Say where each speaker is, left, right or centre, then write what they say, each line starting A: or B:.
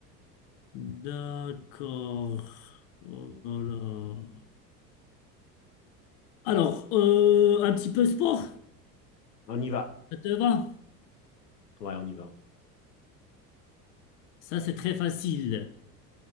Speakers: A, on the left (about 40°); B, on the left (about 80°).
A: D'accord. Oh là là. Alors, euh, un petit peu sport,
B: On y va.
A: ça te va?
B: Ouais, on y va.
A: Ça, c'est très facile.